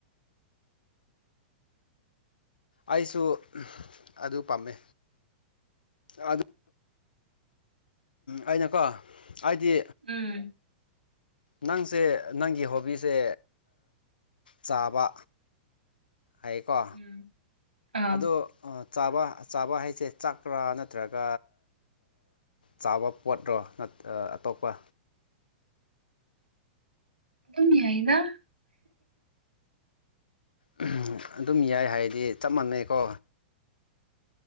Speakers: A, on the left; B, on the right.
A: ꯑꯩꯁꯨ ꯑꯗꯨ ꯄꯥꯝꯃꯦ ꯑꯗꯨ ꯑꯩꯅꯀꯣ ꯑꯩꯗꯤ
B: ꯎꯝ
A: ꯅꯪꯁꯦ ꯅꯪꯒꯤ ꯍꯣꯕꯤꯁꯦ ꯆꯥꯕ ꯍꯥꯏꯌꯦꯀꯣ
B: ꯎꯝ ꯑꯥ
A: ꯑꯗꯣ ꯆꯥꯕ ꯆꯥꯕ ꯍꯥꯏꯁꯦ ꯆꯥꯛꯀꯔꯥ ꯅꯠꯇ꯭ꯔꯒ ꯆꯥꯕ ꯄꯣꯠꯔꯣ ꯑꯇꯣꯞꯄ
B: ꯑꯗꯨꯝ ꯌꯥꯏꯗ
A: ꯎꯝ ꯑꯗꯨꯝ ꯌꯥꯏ ꯍꯥꯏꯗꯤ ꯆꯞ ꯃꯥꯟꯅꯩꯀꯣ